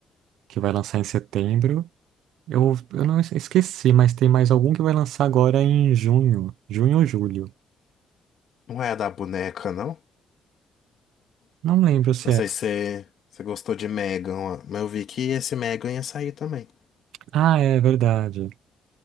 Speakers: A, on the right (about 85°); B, on the left (about 60°).
A: que vai lançar em setembro. Eu, eu não es- esqueci, mas tem mais algum que vai lançar agora em junho. Junho ou julho?
B: não é a da boneca, não?
A: Não lembro se
B: Não sei
A: é.
B: se você você gostou de Megan, ó, mas eu vi que esse Megan ia sair também.
A: Ah, é verdade.